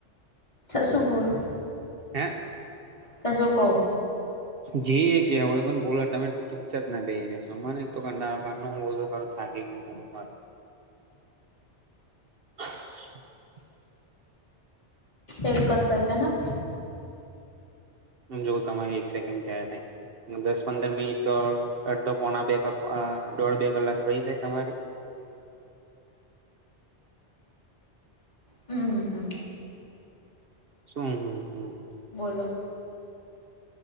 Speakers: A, on the left; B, on the right.
A: શું બોલું.
B: હે?
A: ત સું કહો?
B: જી કહેવુ હોય એ પણ બોલો તમે ચૂપચાપ ના બેસી રહેશો મને એક તો કંટાળો ક્યારનો એક તો બોલ બોલ કરું થાકી ગયો. હ <unintelligible> <inaudible>
A: એક જ સેકન્ડ હા.
B: જો તમારી એક સેકન્ડ ક્યાં થાય. દસ પંદર મિનિટ તો અડધો પોણા બેકઅપ દોઢ બે કલાક ફ્રી થાય તમારી.
A: હમ હમ.
B: શું હ.
A: બોલો.